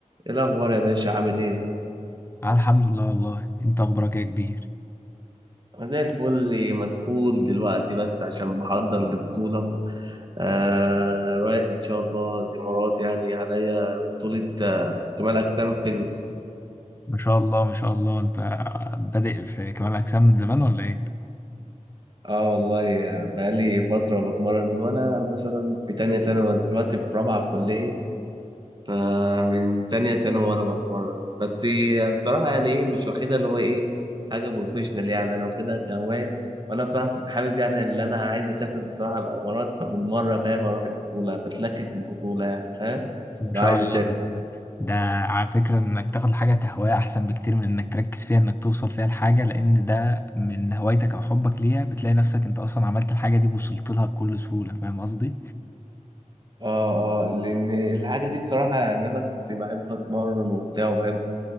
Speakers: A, on the right (about 35°); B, on the left (about 20°).
A: ايه الاخبار يا باشا عامل ايه
B: آه، الحمد لله والله انت اخبارك إيه يا كبير
A: انا زي الفل مسحول دلوقتي بس عشان بحضر لبطوله آه رايح ان شاء الله الامارات يعني عليا بطوله آه كمال اجسام فيزيكس
B: ما شاء الله ما شاء الله انت بادئ في كمال اجسام من زمان ولا ايه
A: اه والله يعني بقالي فتره بتمرن من وانا مثلا في تانية ثانوي دلوقتي في رابعه كليه فمن تانية ثانوي وانا بتمرن بس بصراحة يعني ايه مش واخدها اللي هو ايه حاجة بروفيشنال يعني انا واخدها كهواية وانا بصراحة كنت حابب يعني اللي انا عايز اسافر بصراحة الامارات فبالمرة فاهم اروح البطولة بتلكك بالبطولة يعني فاهم
B: ما
A: لو
B: شاء
A: عايز
B: الله
A: اسافر
B: ده, ده على فكرة انك تاخد حاجة كهواية احسن بكتير من انك تركز فيها انك توصل فيها لحاجة لان ده من هوايتك او حبك ليها بتلاقي نفسك انت اصلا عملت الحاجة دي ووصلت لها بكل سهولة فاهم قصدي
A: اه اه لان الحاجه دي بصراحه ان انا كنت بحب اتمرن وبتاع وبحب